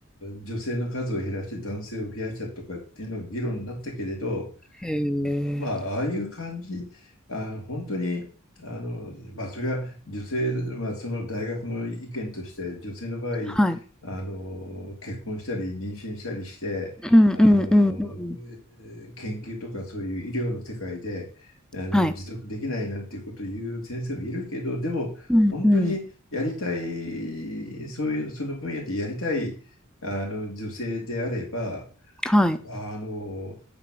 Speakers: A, on the left; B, in the centre.
A: 女性の数を減らして男性を増やしたとかっていうのが議論になったけれど、
B: へえ。
A: まあ、ああいう感じ、あ、本当に、あの、まあ、それは女性、まあ、その大学の意見として、女性の場合、
B: はい。
A: あの、結婚したり、妊娠したりして、
B: うんうんうんうん。
A: あの、えー研究とかそういう医療の世界で、あの、
B: はい。
A: 持続できないなんていうことを言う先生もいるけど、でも、
B: うんうん。
A: 本当にやりたい、そういう、その分野でやりたい、あの、女性であれば、
B: はい。
A: あの、